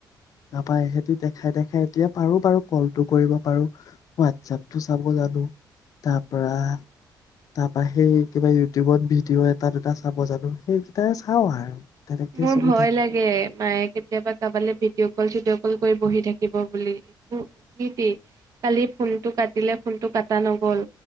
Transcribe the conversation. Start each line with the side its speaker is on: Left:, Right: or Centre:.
Left: তাপাই সেতি দেখাই দেখাই এতিয়া পাৰো বাৰু কলটো কৰিব পাৰো হোৱাটছএপটো চাব জানো। তাৰ পৰা তাৰপা সেই কিবা ইউটিউবত ভিডিঅ' এটা দুটা চাব জানো সেইকেইটাই চাওঁ আৰু। তেনেকে
Right: মোৰ
Left: চলি
Right: ভয়
Left: থাকে
Right: লাগে মায়ে কেতিয়াবা কাৰবালৈ ভিডিঅ' কল চিডি অ', কৰি বহি থাকিব বুলি সিট কালি ফোনটো কাটিলে ফোনটো কাটা নগ'ল